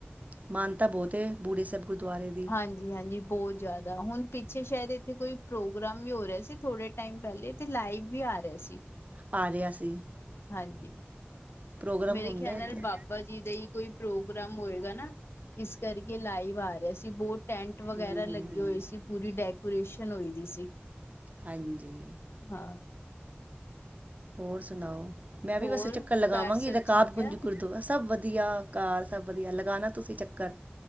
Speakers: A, on the right (about 40°); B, on the left (about 75°).
A: ਮਾਨਤਾ ਬਹੁਤ ਏ ਬੂੜੀ ਸਾਹਿਬ ਗੁਰਦੁਆਰੇ ਦੀ।
B: ਹਾਂਜੀ-ਹਾਂਜੀ ਬਹੁਤ ਜ਼ਿਆਦਾ ਹੁਣ ਪਿੱਛੇ ਸ਼ਾਇਦ ਇੱਥੇ ਕੋਈ ਪ੍ਰੋਗਰਾਮ ਵੀ ਹੋ ਰਿਹਾ ਸੀ। ਥੋੜੇ ਟਾਇਮ ਪਹਿਲੇ ਤੇ ਲਾਈਵ ਵੀ ਆ ਰਿਹਾ ਸੀ।
A: ਆ ਰਿਹਾ ਸੀ।
B: ਹਾਂਜੀ,
A: ਪ੍ਰੋਗਰਾਮ
B: ਮੇਰੇ
A: ਹੁੰਦਾ
B: ਖਿਆਲ
A: ਇੱਧਰ
B: ਨਾਲ ਬਾਬ ਬਾਬਾ ਜੀ ਦਾ ਹੀ ਕੋਈ ਪ੍ਰੋਗਰਾਮ ਹੋਏਗਾ ਨਾ ਇਸ ਕਰਕੇ ਲਾਈਵ ਆ ਰਿਹਾ ਸੀ। ਬਹੁਤ ਟੈਂਟ ਵਗੈਰਾ
A: ਹੂੰ ਹੂੰ
B: ਲੱਗੀ
A: ਹੂੰ
B: ਹੋਈ ਸੀ ਪੂਰੀ ਡੈਕੋਰੇਸ਼ਨ ਹੋਈ ਦੀ ਸੀ।
A: ਹਾਂਜੀ।
B: ਹਾਂ।
A: ਹੋਰ ਸੁਣਾਓ। ਮੈਂ ਵੀ
B: ਹੋਰ
A: ਬੱਸ ਚੱਕਰ ਲਗਾਵਾਗੀ
B: ਘਰ ਸਭ
A: ਰਕਾਬ
B: ਠੀਕ
A: ਗੁੰਜ
B: ਹੈ
A: ਕੋਲ <unintelligible> ਸਭ ਵਧੀਆ ਘਰ ਸਭ ਵਧੀਆ ਲਗਾਣਾ ਤੁਸੀਂ ਚੱਕਰ